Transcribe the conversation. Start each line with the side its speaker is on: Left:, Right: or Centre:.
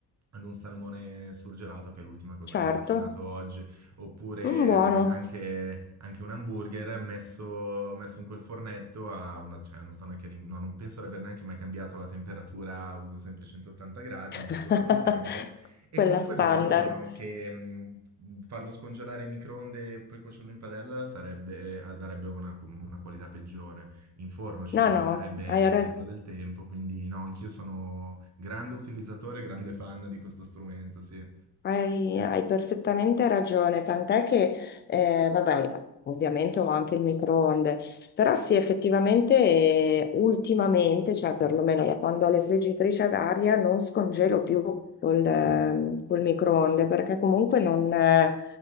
Right: ad un salmone surgelato, che è l'ultima cosa
Left: certo.
Right: che ho cucinato oggi oppure
Left: Mm, buono.
Right: mh, anche, anche un hamburger messo, messo in quel fornetto a una, cioè non sto neanche, rim- no, non penso di aver neanche mai cambiato la temperatura, uso sempre 180 gradi,
Left: <laughs>
Right: mi regolo col tempo e
Left: Quella
Right: comunque
Left: standard.
Right: viene buono che mh, farlo scongelare in microonde e poi cuocerlo in padella sarebbe, eh, darebbe una, una qualità peggiore. In forno ci
Left: No,
Right: si metterebbe
Left: no, hai
Right: il
Left: ragione.
Right: triplo del tempo, quindi no, anch'io sono grande utilizzatore, grande fan di questo strumento, sì.
Left: Hai, hai perfettamente ragione, tant'è che, eh, vabbè, ovviamente ho anche il microonde, però sì, effettivamente, eh, ultimamente, cioè perlomeno da quando ho le friggitrici ad aria, non scongelo più col, ehm,
Right: Mm.
Left: col microonde, perché comunque non, eh,